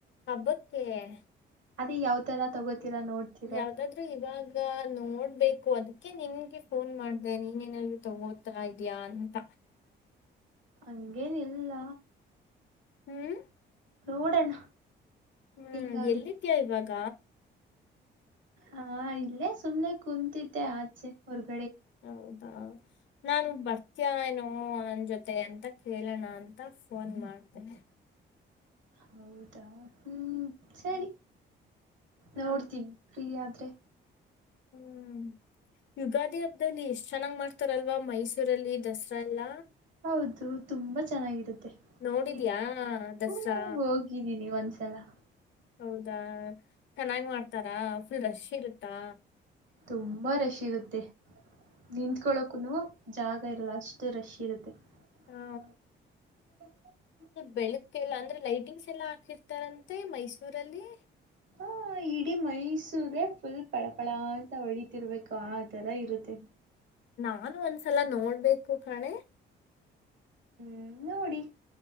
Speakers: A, on the left (about 70°); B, on the right (about 70°).
A: ಹಬ್ಬಕ್ಕೆ
B: ಅದೇ ಯಾವತರ ತಗೋತೀರಾ ನೋಡ್ತೀರಾ
A: ಯಾವ್ದಾದ್ರು ಇವಾಗ ನೋಡ್ಬೇಕು ಅದಕ್ಕೆ ನಿನ್ಗೆ ಫೋನ್ ಮಾಡ್ದೆ ನೀನೇನಾದರು ತಗೋದು ತೊಗೊತ ಇದಿಯಾ ಅಂತ
B: ಹಂಗೇನಿಲ್ಲ.
A: ಹ್ಮ್
B: ನೋಡೋಣ
A: ಹ್ಮ್
B: ಹೆಂಗಾಗುತ್ತೆ
A: ಎಲ್ಲಿದ್ಯಾ ಇವಾಗ?
B: ಹಾ ಇಲ್ಲೇ ಸುಮ್ನೆ ಕುಂತಿದ್ದೆ ಆಚೆ ಹೊರ್ಗ
A: ಹೌದಾ ನಾನು ಬರ್ತೀಯಾ ಏನೋ ನನ್ನ ಜೊತೆ ಅಂತ ಕೇಳ ಕೇಳೋಣ ಅಂತ ಫೋನ್ ಮಾಡ್ದೆ
B: ಹೌದಾ. ಹ್ಮ್ ಸರಿ,
A: ಹಾ
B: ನೋಡ್ತೀನಿ ಫ್ರೀ ಆದ್ರೆ
A: ಹ್ಮ್ ಯುಗಾದಿ ಹಬ್ಬದಲ್ಲಿ ಎಷ್ಟ್ ಚೆನ್ನಾಗ್ ಮಾಡ್ತಾರಲ್ವಾ ಮೈಸೂರಲ್ಲಿ ದಸರಾ
B: ಅಲ್ಲಾ,
A: ಎಲ್ಲ
B: ಹೌದು ತುಂಬಾ ಚೆನ್ನಾಗಿರುತ್ತೆ.
A: ನೋಡಿದ್ಯಾ
B: ನೋಡಿದಿಯಾ?
A: ದಸರಾ
B: ಹ್ಮ ಹೋಗಿದ್ದೀನಿ ಒಂದ್ ಸಲಾ
A: ಹೌದಾ. ಚೆನ್ನಾಗ ಮಾಡ್ತಾರಾ, ಫುಲ್ ರಶ್ ಇರತ್ತಾ?
B: ತುಂಬಾ ರಶ್ ಇರುತ್ತೆ. ನಿಂತ್ಕೊಳೋಕೂನು ಜಾಗ ಇರಲ್ಲ ಅಷ್ಟ ರಶ ಇರತ್ತೆ,
A: ಹಾ
B: ಹಮ್
A: ಬೆಳಗ್ಗೆ ಎಲ್ಲ ಅಂದ್ರೆ ಲೈಟಿಂಗ್ಸ್ ಎಲ್ಲಾ ಹಾಕಿರ್ತಾರಂತೆ ಮೈಸೂರಲ್ಲಿ.
B: ಹಾ ಇಡೀ ಮೈಸೂರೇ ಫುಲ್ ಪಳಪಳ ಅಂತ ಹೊಳತಿರ್ಬೇಕು ಆ ತರ ಇರುತ್ತೆ
A: ನಾನು ಒಂದ್ಸಲ ನೋಡ್ಬೇಕು ಕಣೆ.
B: ಹ್ಮ ನೋಡಿ